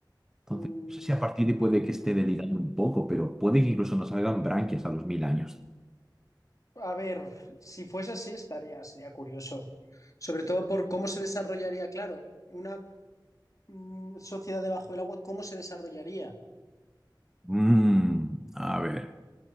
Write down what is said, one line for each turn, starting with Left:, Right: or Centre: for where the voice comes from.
Centre: Entonces,
Left: Mm,
Centre: no sé si a partir de puede que esté delirando un poco, pero puede que incluso nos salgan branquias a los mil años.
Left: a ver, si fuese así, estaría, sería curioso. Sobre todo por cómo se desarrollaría, claro, una mm, sociedad debajo del agua, ¿cómo se desarrollaría?
Centre: Mm, a ver.